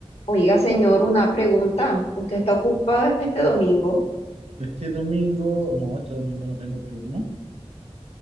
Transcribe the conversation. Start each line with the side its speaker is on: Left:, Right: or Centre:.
Left: Oiga, señor, una pregunta. ¿Usted está ocupado este domingo?
Right: Este domingo, no, este domingo no tengo turno.